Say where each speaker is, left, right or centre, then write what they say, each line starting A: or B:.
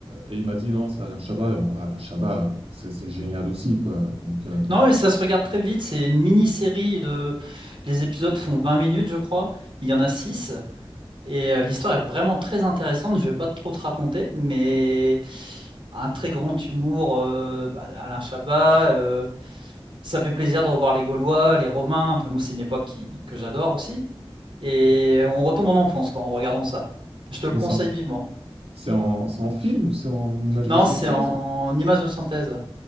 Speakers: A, on the right (about 80°); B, on the right (about 65°).
A: et il m'a dit non, c'est Alain Chabat. Et en vrai, Alain Chabat, euh, c'est c'est génial aussi, quoi. Donc, euh,
B: Non, mais ça se regarde très vite. C'est une mini-série de... Les épisodes font 20 minutes, je crois. Il y en a six Et euh, l'histoire est vraiment très intéressante. Je vais pas trop te raconter, mais un très grand humour. euh, bah, Alain Chabat. euh, Ça fait plaisir de revoir les Gaulois, les Romains. Enfin, moi, c'est une époque qui- que j'adore aussi. Et on retombe en enfance quand en regardant ça. Je te
A: mais
B: le conseille
A: c'est en,
B: vivement.
A: c'est en, c'est en film ou c'est en image
B: Non,
A: de synthèse
B: c'est en
A: ou-
B: image de synthèse.